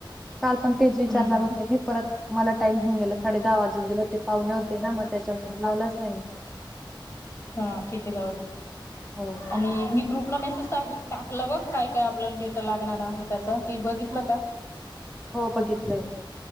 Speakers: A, in the centre; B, on the left (about 30°).
A: काल पण तेज इचारणार
B: हम्म
A: होते मी परत मला टाईम होऊन गेला साडे दहा वाजून गेले होतं ते पाहुण होते ना मग त्याच्यामुळ लावलाच नाय मी
B: हा ठीक आहे जाऊ दे
A: हो.
B: आणि मी ग्रुपला मेसेज टाक टाकलं बघ काय काय आपल्याला डेटा लाग णार आहे त्याचा ती बघितलं का?
A: हो बघितलंय